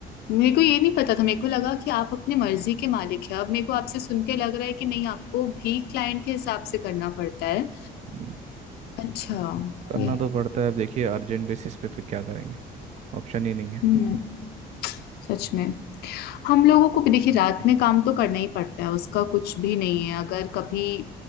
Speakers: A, on the left; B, on the right.
A: मेरे को ये नहीं पता था मेरे को लगा कि आप अपनी मर्जी के मालिक हैं अब मेरे को आपसे सुन के लग रहा है कि नहीं आपको भी क्लाइंट के हिसाब से करना पड़ता है
B: हम्म,
A: अच्छा
B: करना
A: ये
B: तो पड़ता है अब देखिए अर्जेंट बेसिस पे फिर क्या करेंगे ऑप्शन ही नहीं है
A: हम्म सच में हम लोगों को भी देखिए रात में काम तो करना ही पड़ता है उसका कुछ भी नहीं है अगर कभी